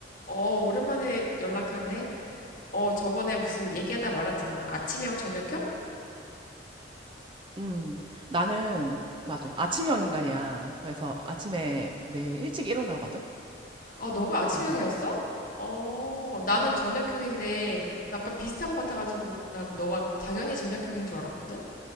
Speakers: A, on the left; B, on the right.
A: 어, 오랜만에 연락하네. 어, 저번에 무슨 얘기하다 말았잖아. 아침형, 저녁형?
B: 음, 나는, 맞아. 아침형 인간이야. 그래서 아침에 매일 일찍 일어나거든?
A: 아, 너가 아침형이었어?
B: 그래서,
A: 어, 나는 저녁형인데 약간 비슷한 것 같아가지고 난 너가 당연히 저녁형인 줄 알았거든?